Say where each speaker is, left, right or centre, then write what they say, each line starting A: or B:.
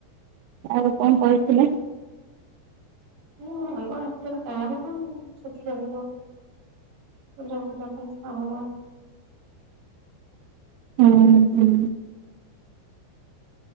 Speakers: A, on the right; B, on the right.
A: ଆଉ କଣ କହିଥିଲେ
B: ହୁଁ ଆଣ ତା ମୁ ଶଖି ରହିବ ପୂଜା ପୂଜା କରି ହ
A: ହୁଁ ହୁଁ